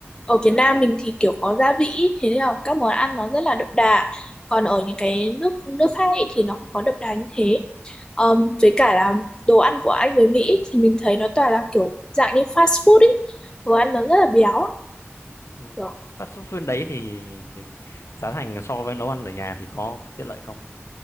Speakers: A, on the left; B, on the left.
A: ở Việt Nam mình thì kiểu có gia vị ý, thế nên là các món ăn nó rất là đậm đà còn ở những cái nước nước khác ấy thì nó không có đậm đà như thế Ờm, với cả là đồ ăn của Anh với Mỹ ý, thì mình thấy nó toàn là kiểu dạng như fast food ấy đồ ăn nó rất là béo
B: Ừ,
A: kiểu,
B: fast food bên đấy thì giá thành so với nấu ăn ở nhà thì có, có tiện lợi không